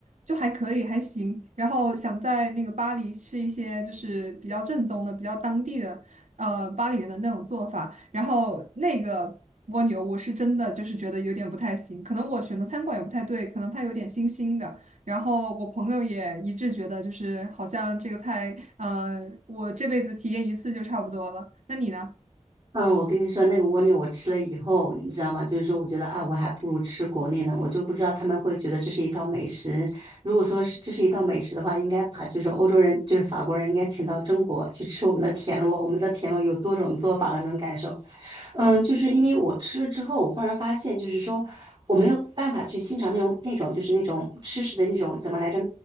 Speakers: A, on the right; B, on the right.
A: 就还可以，还行。然后想在那个巴黎吃一些就是比较正宗的、比较当地的，呃，巴黎人的那种做法。然后那个蜗牛，我是真的就是觉得有点不太行，可能我选的餐馆也不太对，可能它有点腥腥的。然后我朋友也一致觉得，就是好像这个菜，呃，我这辈子体验一次就差不多了。那你呢？
B: 嗯，我跟你说，那个蜗牛我吃了以后，你知道吗？就是说，我觉得啊，我还不如吃国内呢。我就不知道他们会觉得这是一道美食。如果说是这是一道美食的话，应该把就是欧洲人，就是法国人，应该请到中国去吃我们的田螺。我们的田螺有多种做法的，能感受。嗯，就是因为我吃了之后，我忽然发现，就是说我没有办法去欣赏那种那种就是那种吃食的那种怎么来着，